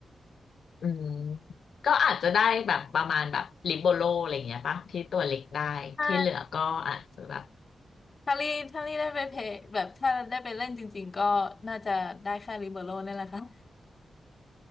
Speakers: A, on the left (about 80°); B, on the left (about 40°).
A: อืมก็อาจจะได้แบบประมาณแบบลิโบโลอะไรอย่างเงี้ยปะที่ตัวเล็กได้ที่เหลือก็อาจจะแบบ
B: ถ้าถ้าลี่ถ้าลี่ได้ไปเพลย์แบบถ้าได้ไปเล่นจริงๆก็น่าจะได้แค่ลิเบโร่นี่แหละค่ะ